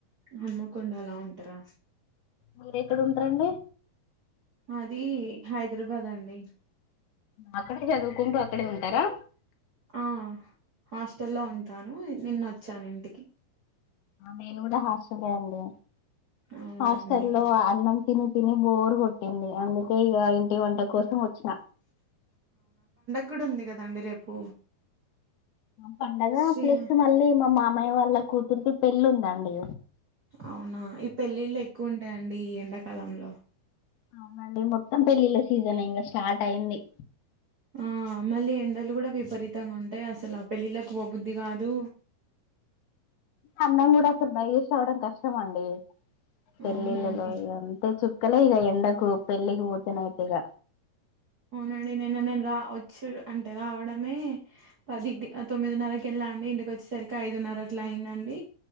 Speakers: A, on the right; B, on the left.
A: హనుమకొండ లో ఉంటారా
B: మీరెక్కడ ఉంటరండి
A: అది హైదరాబాద్ అండి
B: అక్కడే చదువుకుంటూ అక్కడే ఉంటారా
A: ఆ హాస్టల్లో ఉంటాను నిన్నొచ్చానింటికి
B: నేను కూడా హాస్టలే అండి
A: అవునా
B: హాస్టలో
A: అండి
B: అన్నం తిని తిని బోర్ కొట్టింది అందుకే ఇగ ఇంటి వంట కోసం వచ్చిన
A: కుడి ఉంది కదండీ రేపు
B: పండగా
A: శ్రీరామ్
B: ప్లస్ మళ్ళీ మా మామయ్య వాళ్ళ కూతుర్ది పెళ్ళుందండి
A: అవునా ఈ పెళ్లిళ్లు ఎక్కువ ఉంటాయండి ఈ ఎండాకాలంలో
B: అవునండి మొత్తం పెళ్ళిళ్ళ సీజనే ఇంగ స్టార్ట్ అయింది
A: ఆ మళ్ళీ ఎండలు కూడా విపరీతంగుంటయ్ అసలు ఆ పెళ్ళిలకు పోబుద్ది కాదు
B: అన్నం గూడప్పుడు డైజెస్ట్ అవ్వడం కష్టమండి పెళ్లిళ్లలో
A: అవునండి
B: ఇ అంతే చుక్కలే ఇగ ఎండకు పెళ్ళికిపోతేనైతే ఇగ
A: అవునండి నిన్న నేన్ రా వచ్చు అంటే రావడమే పది తొమ్మిదిన్నరకెళ్ళాండి ఇంటికి వచ్చేసరికి ఐదు న్నర అట్లాయిందండి